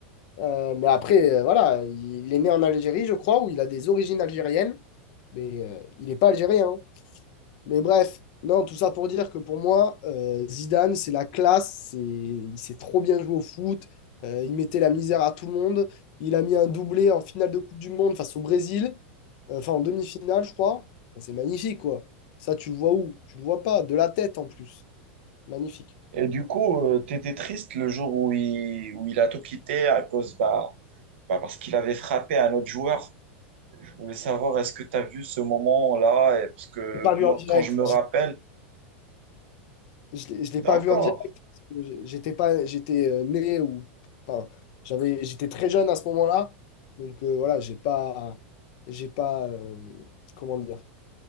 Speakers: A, on the left; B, on the right.
A: Euh, mais après, euh, voilà, il est né en Algérie, je crois, où il a des origines algériennes, mais euh, il n'est pas algérien. hein. Mais bref, non, tout ça pour dire que pour moi, euh, Zidane, c'est la classe, c'est... il s'est trop bien joué au foot, euh, il mettait la misère à tout le monde, il a mis un doublé en finale de Coupe du Monde face au Brésil, euh, enfin en demi-finale, je crois. Enfin, c'est magnifique, quoi. Ça, tu le vois où? Tu le vois pas, de la tête en plus. Magnifique.
B: Et du coup, tu t'étais triste le jour où il, où il a tout quitté à cause, bah, bah, parce qu'il avait frappé un autre joueur. Je voulais savoir, est-ce que tu as vu ce moment-là? Et Parce que
A: J'ai pas
B: moi,
A: vu en direct.
B: quand je me rappelle,
A: Je Je l'ai je l'ai
B: d'accord.
A: pas vu en direct. parce que j'- J'étais pas, j'étais euh, né ou enfin, j'avais, j'étais très jeune à ce moment-là. Donc euh, voilà, j'ai pas, j'ai pas, euh, comment dire,